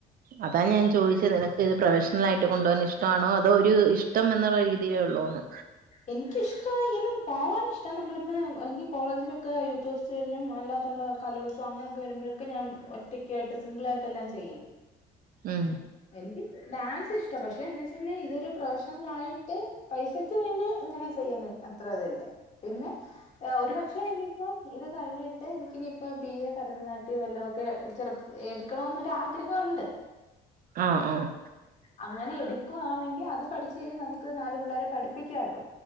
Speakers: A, on the right; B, on the left.
A: അതാ ഞാൻ ചോിച്ചത് നിനക്ക് ഇത് പ്രൊഫഷണ ആയിട്ട കൊണ്ടു പോകാ ഇഷ്ടം ആണോ അതോ ഒരു ഇഷ്ടം എന്നുള്ള രീതിയിലേ ഉള്ളൂന്ന്
B: എനിക്കിഷ്ട ഇങ്ങനെ പോകാനൻ ഇഷ്ടമാണ് നമ്മളിപ്പൾ എനിക്ക് കോളേജിലൊക്കെ യൂത്ത് ഫെസ്റ്റിവലിനും അല്ലാത്തുള്ള കലോത്സവം അങ്ങനെയൊക്കെ വരുമ്പോഴൊക്കെ ഞാൻ ഒറ്റക്കായിട്ട് സിംഗിള ആായിട്ട്െല്ലാം ചെയ്യും
A: ഉം
B: എനിക്ക് ഡാൻസ് ഇഷ്ട ഇ പക്ഷെ എ ന്നെവെച്ചൽ ഇതൊരു പ്രൊഫഷണൽ ആയിട്ട് പൈസക്ക് വേണ്ടി ഇങ്ങനെ ചെയ്യാൻ അത്ര ഇതല്ല പിന്നെ ഒരുപക്ഷെ അപ്പ ഇത് കഴിഞ്ഞിട്ട് എനിക്ക ഇിനയിപ്പോ ബി എ ഭരതനാട്യം എല്ലോ ഒക്കെ ചെ നിൽക്കണമ എന്നൊരു ആഗ്രഹമ ഉണ്ട്
A: ആഹ് ആഹ്
B: അങ്ങനെ എടുക്കുവാണെങ്കിൽ അത് പഠിച്ചച്ച് കഴിഞ്ഞാൽ നമുക്ക് നാല് പിള്ളേരെ പഠിപ്പിക്കാല്ലോ